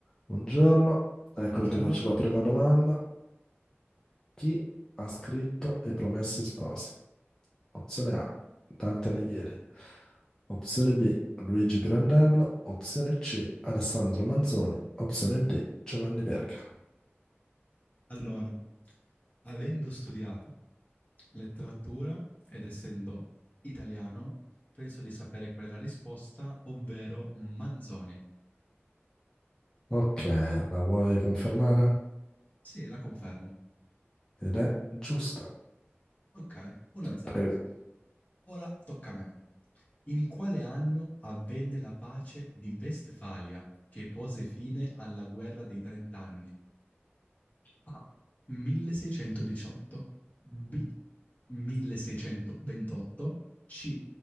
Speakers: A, on the left (about 15°); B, on the left (about 40°).
A: Buongiorno, ecco
B: Buongiorno.
A: ti faccio la prima domanda. Chi ha scritto I Promessi Sposi? Opzione A, Dante Alighieri. Opzione B, Luigi Pirandello. Opzione C, Alessandro Manzoni. Opzione D, Giovanni Verga.
B: Allora, avendo studiato letteratura ed essendo italiano, penso di sapere qual è la risposta, ovvero Manzoni.
A: Ok, la vuoi confermare?
B: Sì, la confermo.
A: Ed è giusta.
B: Ok, 1-0.
A: Prego.
B: Ora tocca a me. In quale anno avvenne la pace di Vestfalia che pose fine alla guerra dei trent'anni? A. 1618. B. 1628. C.